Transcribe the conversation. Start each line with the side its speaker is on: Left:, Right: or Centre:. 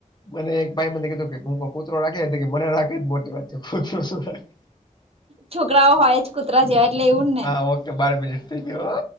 Left: મને એક ભાઈ મને કીધું કે હ કૂતરો રાખે કે મને રાખે એજ મોટી વાત છે. કૂતરો શું રાખે.
Right: છોકરાઓ હોય જ કૂતરા જેવા એટલે એવું જ ને.
Left: હા ઓકે બાર મિનિટ થઈ ગયો